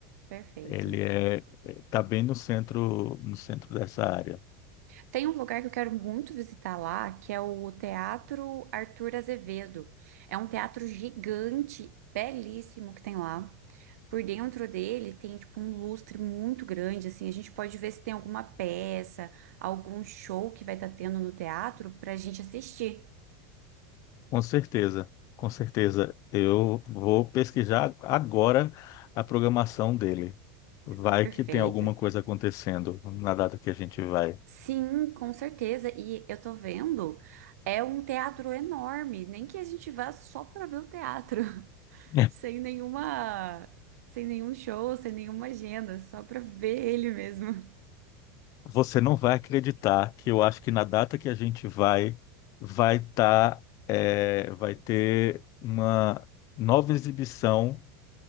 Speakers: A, on the right; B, on the left.
A: Perfeito.
B: Ele é, é, tá bem no centro, no centro dessa área.
A: Tem um lugar que eu quero muito visitar lá, que é o Teatro Arthur Azevedo. É um teatro gigante, belíssimo que tem lá. Por dentro dele tem tipo um lustre muito grande, assim, a gente pode ver se tem alguma peça, algum show que vai estar tendo no teatro para a gente assistir.
B: Com certeza, com certeza. Eu vou pesquisar agora a programação dele. Vai
A: Perfeita.
B: que tem alguma coisa acontecendo na data que a gente vai.
A: Sim, com certeza. E eu tô vendo, é um teatro enorme, nem que a gente vá só para ver o teatro. <laughs>
B: <laughs>
A: sem nenhuma, sem nenhum show, sem nenhuma agenda, só pra ver ele mesmo.
B: Você não vai acreditar que eu acho que na data que a gente vai, vai tá, é, vai ter uma nova exibição